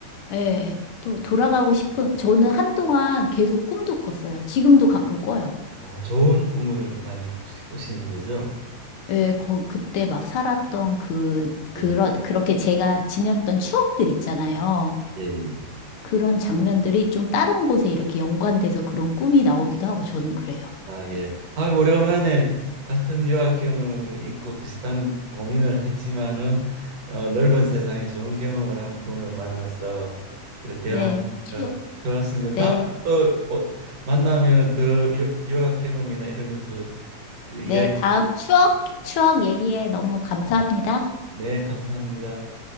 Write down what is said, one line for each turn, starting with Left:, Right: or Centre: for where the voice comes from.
Left: 예, 또 돌아가고 싶은, 저는 한동안 계속 꿈도 꿨어요. 지금도 가끔 꿔요.
Right: 어, 좋은 꿈을 많이 꾸- 꾸시는 거죠?
Left: 예, 거, 그때 막 살았던 그, 그런,
Right: 예,
Left: 그렇게 제가 지녔던 추억들 있잖아요.
Right: 예. 예.
Left: 그런 장면들이 좀 다른 곳에 이렇게 연관돼서 그런 꿈이 나오기도 하고 저는 그래요.
Right: 아, 예. 아, 오래간만에 같은 유학 경험이 있고 비슷한 고민을 했지만은 어, 넓은 세상에 좋은 경험을 한 분을 만나서 그래, 대화하니까
Left: 네, 추,
Right: 좋았습니다.
Left: 네,
Right: 다음에 또 뭐, 만나면은 더 유, 유학 경험이나 이런 것도 이야기.
Left: 네, 다음 추억, 추억 얘기에 너무 감사합니다.
Right: 네, 감사합니다.